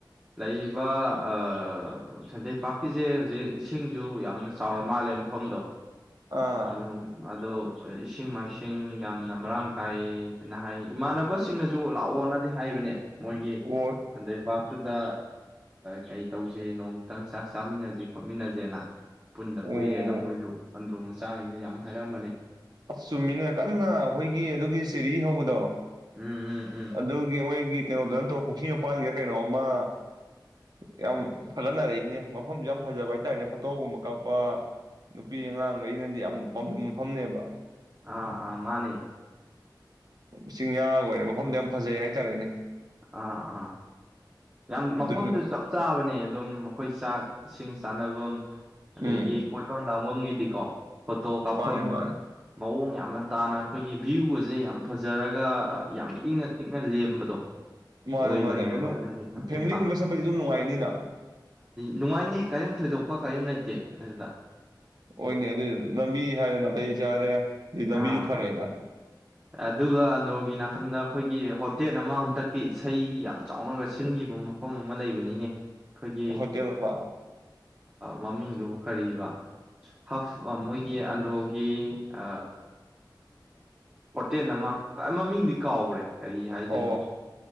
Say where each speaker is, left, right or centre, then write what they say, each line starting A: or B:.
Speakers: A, on the right; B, on the right.
A: ꯂꯩꯔꯤꯕ ꯑ ꯁꯟꯊꯩ ꯄꯥꯛ ꯀꯤꯁꯦ ꯍꯧꯖꯤꯛ ꯏꯁꯤꯡꯁꯨ ꯌꯥꯝꯅ ꯆꯥꯎꯔ ꯃꯥꯜꯂꯦ ꯃꯐꯝꯗꯣ
B: ꯑꯥ
A: ꯑꯗꯨꯝ ꯑꯗꯣ ꯏꯁꯤꯡ ꯃꯥꯏꯁꯤꯡ ꯌꯥꯝꯅ ꯃꯔꯥꯡ ꯀꯥꯏꯅ ꯍꯥꯏ ꯏꯃꯥꯟꯅꯕꯁꯤꯡꯅꯁꯨ ꯂꯥꯛꯑꯣꯅꯗꯤ ꯍꯥꯏꯕꯅꯦ ꯃꯣꯏꯒꯤ
B: ꯑꯣ
A: ꯁꯟꯗꯩꯄꯥꯛ ꯑꯗꯨꯨꯗ ꯀꯩꯇꯧꯁꯦ ꯅꯣ ꯈꯤꯇꯪ ꯆꯥꯛ ꯆꯥꯃꯤꯟꯅꯁꯦ ꯈꯣꯠꯃꯤꯟꯅꯁꯦꯅ ꯄꯨꯟꯗ
B: ꯑꯣ
A: ꯀꯨꯏꯔꯦꯅ ꯃꯣꯏꯁꯨ ꯑꯟꯗ꯭ꯔꯣ <unintelligible> ꯌꯥꯝ ꯍꯥꯏꯔꯑꯝꯕꯅꯦ
B: ꯑꯁ ꯆꯨꯝꯃꯤꯅ ꯀꯟꯅ ꯑꯩꯈꯣꯏꯒꯤ ꯑꯗꯨꯒꯤ ꯆꯦꯔꯤ ꯍꯧꯕꯗꯣ
A: ꯎꯝ ꯎꯝ ꯎꯝ
B: ꯑꯗꯨꯒꯤ ꯃꯣꯏꯒꯤ ꯀꯩꯅꯣꯗꯣ ꯅꯠꯇ꯭ꯔꯣ ꯄꯨ꯭ꯔꯈꯤ ꯃꯄꯥꯟꯒꯤꯔ ꯀꯩꯅꯣꯝ ꯑꯃ ꯌꯥꯝ ꯊꯠꯒꯠꯅꯔꯛꯏꯅꯦ ꯃꯐꯝꯁꯨ ꯌꯥꯝ ꯐꯖꯕ ꯍꯥꯏꯇꯥꯔꯦꯅꯦ ꯐꯣꯇꯣꯒꯨꯝꯕ ꯀꯥꯞꯄ ꯅꯨꯄꯤ ꯑꯉꯥꯡꯈꯩꯅꯗꯤ ꯌꯥꯝ ꯄꯥꯝꯖꯕ ꯃꯐꯝꯅꯦꯕ
A: ꯑꯥ ꯑꯥ ꯃꯥꯅꯦ
B: ꯆꯤꯡꯌꯥꯒ ꯑꯣꯏꯔ ꯃꯐꯝꯗꯣ ꯌꯥꯝ ꯐꯖꯩ ꯍꯥꯏꯇꯥꯔꯦꯅꯦ
A: ꯑꯥ ꯑꯥ ꯌꯥꯝ ꯃꯐꯝꯁꯨ
B: ꯑꯗꯨꯅ
A: ꯆꯞ ꯆꯥꯕꯅꯦ ꯑꯗꯨꯝ ꯑꯩꯈꯣꯏ ꯆꯥꯛ ꯏꯁꯤꯡ ꯆꯥꯅꯕꯝ ꯑꯗꯒꯤ
B: ꯎꯝ
A: ꯀꯣꯏꯐꯝ ꯂꯥꯡꯐꯝꯒꯤꯗꯤ ꯗꯤꯀꯣ ꯐꯣꯇꯣ ꯀꯥꯞꯐꯝ
B: ꯃꯥꯅꯦ ꯃꯥꯅꯦ
A: ꯃꯑꯣꯡ ꯌꯥꯝꯅ ꯇꯥꯅ ꯑꯩꯈꯣꯏꯒꯤ ꯚ꯭ꯌꯨꯒꯁꯦ ꯌꯥꯝ ꯐꯖꯔꯒ ꯌꯥꯝ ꯏꯪꯅ ꯆꯤꯛꯅ ꯂꯦꯝꯕꯗꯣ
B: ꯃꯥꯅꯦ
A: ꯑꯣꯏꯕꯅꯦꯕ
B: ꯃꯥꯅꯦ ꯑꯗꯨꯝ
A: ꯑꯗꯨꯒꯤ ꯁꯟꯊꯩ
B: ꯐꯦꯃꯤꯂꯤꯒꯨꯝꯕ
A: ꯄꯥꯛꯇꯣ
B: ꯆꯠꯄꯁꯨ ꯑꯗꯨꯝ ꯅꯨꯡꯉꯥꯏꯅꯤꯅ
A: ꯅꯨꯡꯉꯥꯏꯅꯤ ꯀꯔꯤꯝ ꯊꯣꯏꯗꯣꯛꯄ ꯀꯔꯤꯝ ꯂꯩꯇꯦ ꯑꯗꯨꯗ
B: ꯍꯣꯏꯅꯦ ꯑꯗꯨ ꯂꯝꯕꯤ ꯍꯥꯏꯔꯦ ꯅꯥꯇꯩ ꯆꯥꯔꯦ
A: ꯑꯥ
B: ꯂꯝꯕꯤꯁꯨ ꯐꯔꯦꯅ
A: ꯑꯥ ꯑꯗꯨꯒ ꯑꯟꯗ꯭ꯔꯣꯒꯤ ꯅꯥꯀꯟꯗ ꯑꯩꯈꯣꯏꯒꯤ ꯍꯣꯇꯦꯜ ꯑꯃ ꯍꯟꯇꯛꯀꯤ ꯏꯁꯩ ꯌꯥꯝ ꯆꯥꯎꯅꯒ ꯁꯤꯟꯈꯤꯕ ꯃꯐꯝ ꯑꯃ ꯂꯩꯕꯅꯤꯅꯦ ꯑꯩꯈꯣꯏꯒꯤ
B: ꯍꯣꯇꯦꯜ ꯑꯃ
A: ꯃꯃꯤꯡꯗꯨꯕꯨ ꯀꯔꯤꯕ ꯍꯞ ꯃꯣꯏꯒꯤ ꯑꯟꯗ꯭ꯔꯣꯒꯤ ꯑ ꯍꯣꯇꯦꯜ ꯑꯃ ꯃꯃꯤꯡꯗꯤ ꯀꯥꯎꯈ꯭ꯔꯦ ꯀꯔꯤ ꯍꯥꯏꯗꯣꯏꯅꯣ
B: ꯑꯣ